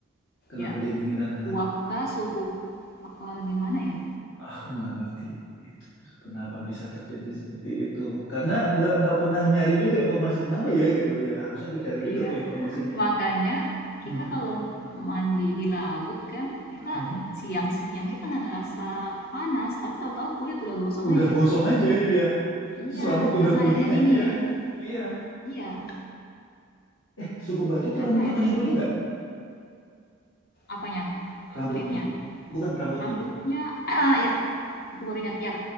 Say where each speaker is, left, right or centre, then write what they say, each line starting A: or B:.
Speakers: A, on the left; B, on the left.
A: kenapa
B: ya
A: dia dingin dan hangat
B: uapkah
A: itu nggak tahu
B: suhu
A: cuy.
B: apa gimana ya?
A: aku nggak ngerti itu kenapa bisa terjadi seperti itu karena nggak nggak pernah nyari juga informasi kenapa ya gitu ya harusnya aku cari juga
B: Iya.
A: tuh informasinya
B: Makanya
A: Mhm.
B: kita kalau mandi di laut kan kita
A: Mhm.
B: siang-siang kita nggak ngerasa panas, tapi tahu-tahu kulit udah gosong
A: udah
B: aja.
A: gosong aja iya terus
B: Iya,
A: rambut udah
B: karena
A: kuning
B: airnya
A: aja
B: dingin.
A: iya
B: Iya,
A: eh suku baju tuh
B: Karena
A: rambutnya
B: airnya
A: kuning
B: di
A: kuning
B: apanya?
A: rambutnya
B: Kulitnya.
A: bukan rambutnya
B: Rambutnya ah ya. Aku baru ingat ya.